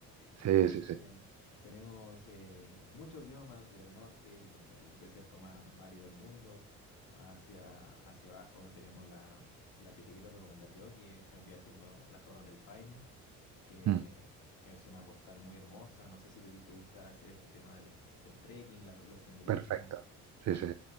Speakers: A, on the right; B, on the left.
A: Sí,
B: Entonces
A: sí, sí.
B: tenemos, tenemos eh, muchos biomas del norte, con el desierto más, más árido del mundo. Hacia, hacia abajo tenemos la, la que te quiero recomendar yo, que es- vendría siendo las Torres del Paine, que
A: Mm,
B: es una postal muy hermosa. No sé si te, te gusta hacer este tema del, del trekking, la- los senderismos.
A: perfecto. Sí, sí.